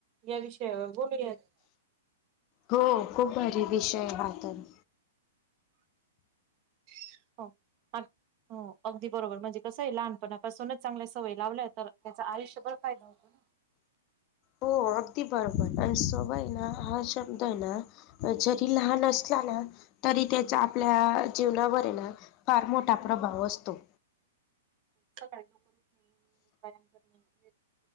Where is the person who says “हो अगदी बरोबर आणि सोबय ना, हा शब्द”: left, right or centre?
Left